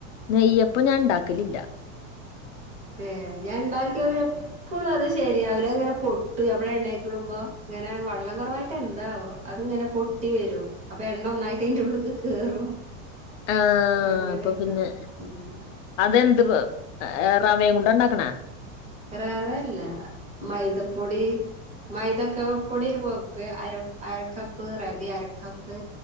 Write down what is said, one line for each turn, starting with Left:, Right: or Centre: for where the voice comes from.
Left: നെയ്യപ്പം ഞാൻ ഉണ്ടാക്കലില്ല
Right: ഏഹ് ഞാൻ ണ്ടാക്കിയത് എപ്പോളു അത് ശ ശരിയാവില്ല അത് ഇങ്ങനെ പൊട്ടും അപ്പഴേ എണ്ണക്കിടുമ്പോ ഇങ്ങനെ വള വെള്ളം കൊറവായിട്ട് എന്താവോ അത് ഇങ്ങനെ പൊട്ടി വെരും അപ്പൊ എണ്ണൊന്നായിട്ട് അതിന്റെ ഉള്ളിക്ക് കേറും
Left: ആഹ്
Right: അങ്ങനെയൊക്കെ
Left: അപ്പ പിന്നെ
Right: ആവും. ഉം
Left: അത് എന്ത് ആ റവേം കൊണ്ട് ഒണ്ടാക്കണ?
Right: റവ അല്ല മൈദപ്പൊടി മൈതക്കപൊടി ഒരു പോപ്പ് അര അരക്കപ്പ് റവേ അരക്കപ്പ്